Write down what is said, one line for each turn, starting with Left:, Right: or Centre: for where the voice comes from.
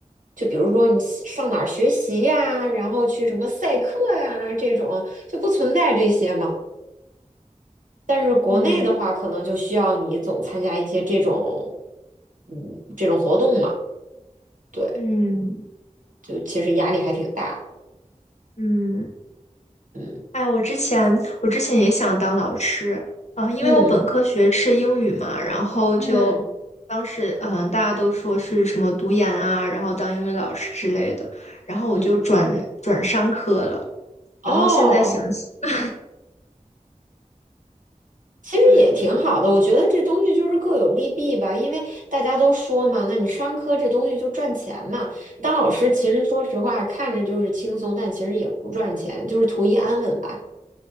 Right: 就比如说你喜上哪儿学习呀，然后去什么赛课呀这种，就不存在这些嘛。但是国内的话，
Left: 嗯。
Right: 可能就需要你总参加一些这种，嗯，这种活动嘛。对，
Left: 嗯
Right: 就其实压力还挺大的
Left: 嗯。
Right: 嗯
Left: 哎，我之前我之前也想当老师，啊，因为我本科学是英语嘛，
Right: 嗯
Left: 然后就
Right: 嗯
Left: 当时嗯、呃大家都说是什么读研啊，然后当英语老师之类的，然后我就转转商科了，
Right: 嗯，
Left: 然后现在想想，
Right: 哦，其实也挺好的。
Left: 对我
Right: 我觉得这东西就是各有利弊吧，因为大家都说嘛，那你商科这东西就赚钱嘛。当老师其实说实话，看着就是轻松，但其实也不赚钱，就是图一安稳吧。